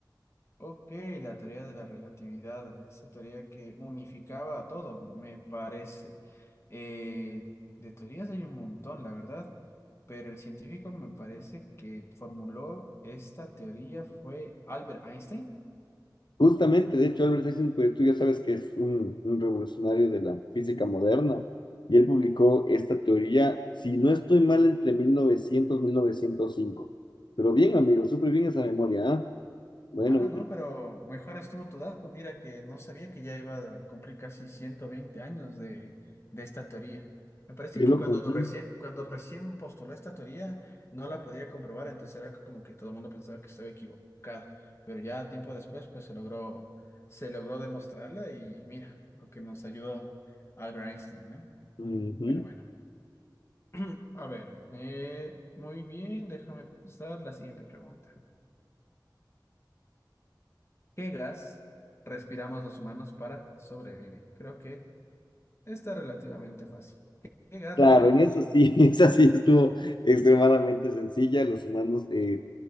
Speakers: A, on the left (about 35°); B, on the left (about 80°).
A: Ok, la teoría de la relatividad, esa teoría que unificaba a todo, me parece. Eh, de teorías hay un montón, la verdad, pero el científico me parece que formuló esta teoría fue Albert Einstein.
B: Justamente, de hecho, Albert Einstein, pues, tú ya sabes que es un, un revolucionario de la física moderna, y él publicó esta teoría, si no estoy mal, entre 1900 y 1905. Pero bien, amigo, súper bien esa memoria, ¿ah? Bueno,
A: Ah, no, pero mejor estuvo tu dato. Mira que no sabía que ya iba a cumplir casi 120 años de, de esta teoría. Me parece
B: qué
A: que
B: loco.
A: cuando
B: ujú,
A: recién, cuando recién postuló esta teoría no la podía comprobar, entonces era como que todo el mundo pensaba que estaba equivocado. Pero ya tiempo después, pues se logró, se logró demostrarla y mira, lo que nos ayudó Albert Einstein, ¿no?
B: ujú.
A: Bueno, bueno. <clears throat> A ver, eh, muy bien, déjame pensar la siguiente pregunta. ¿Qué gas respiramos los humanos para sobrevivir? Creo que está relativamente fácil. ¿Qué, qué gas
B: Claro,
A: respiramos
B: en eso
A: los humanos
B: sí, <laughs> esa
A: para sobrevivir?
B: sí estuvo extremadamente sencilla. Los humanos eh,